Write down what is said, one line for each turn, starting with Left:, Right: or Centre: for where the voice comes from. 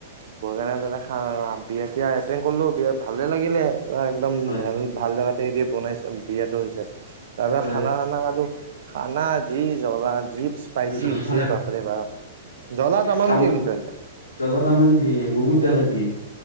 Right: <unintelligible> খা বিয়া চিয়া এটেণ্ড কৰিলো বিয়াত ভালে লাগিলে। একদম
Left: হয়
Right: ভাল ভাল জেগাত। <unintelligible> বনাইছে বিয়াটো হৈছে। তাৰ পৰা
Left: হয়
Right: খানা চানা খালো। খানা যি জ্বলা যি, স্পাইচি
Left: জলা
Right: হৈছে বাপৰে বাপ জ্বলা তামাম
Left: তামা
Right: দিয়ে কিন্তু এন্তে
Left: জলা তামান দিয়ে। বহুত জ্বালা
Right: উম
Left: দিয়ে